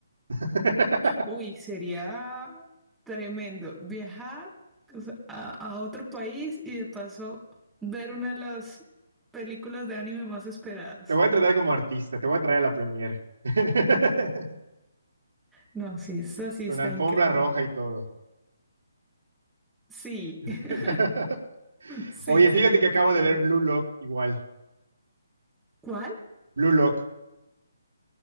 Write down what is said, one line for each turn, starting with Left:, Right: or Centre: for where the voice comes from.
Right: <laughs>
Centre: Uy, sería tremendo viajar o sea, a, a otro país y de paso ver una de las películas de anime más esperadas.
Right: Te voy a tratar como artista, te voy a traer a la premier. <laughs>
Centre: No, sí, esa sí
Right: Con
Centre: está
Right: alfombra
Centre: increíble.
Right: roja y todo.
Centre: Sí.
Right: <laughs>
Centre: <laughs> Sí,
Right: Oye,
Centre: sería
Right: fíjate que
Centre: increíble.
Right: acabo de ver Blue Lock igual.
Centre: ¿Cuál?
Right: Blue Lock